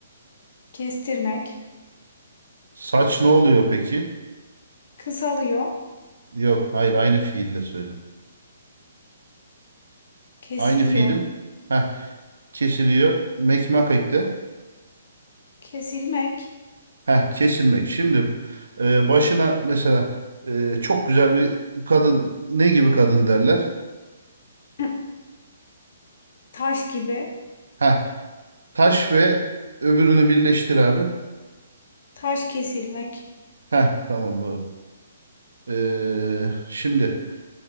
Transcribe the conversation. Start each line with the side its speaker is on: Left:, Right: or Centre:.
Left: Kestirmek.
Right: saç ne oluyor peki
Left: Kısalıyor.
Right: yok hayır aynı fiille söyle
Left: Kesiliyor.
Right: aynı fiili ha kesiliyor mekmak ekle
Left: Kesilmek.
Right: Heh, kesilmek. Şimdi e, başına mesela e, çok güzel bir kadın ne gibi kadın derler?
Left: <clears throat> Taş gibi.
Right: Heh, taş ve öbürünü birleştir abi.
Left: Taş kesilmek.
Right: Heh, tamam doğru. E, şimdi